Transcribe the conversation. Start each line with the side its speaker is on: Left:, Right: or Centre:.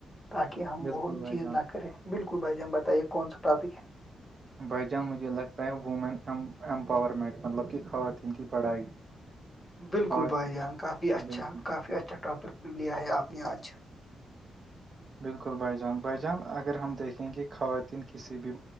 Left: تاکہ ہم
Right: بالکل
Left: وہ
Right: بھائی
Left: چیز
Right: جان
Left: نہ کریں بالکل بھائی جی ہم بتائیے کون سا ٹاپک ہے
Right: بائی چانس مجھے لگتا ہے وومن ایمپاورمنٹ مطلب کہ خواتین کی پڑھائی
Left: بالکل
Right: خوات
Left: بھائی جان کافی اچھا
Right: بالکل
Left: کافی اچھا ٹاپک لیا ہے آپ نے آج
Right: بالکل بھائی جان بائی جان اگر ہم دیکھیں گے خواتین کسی بھی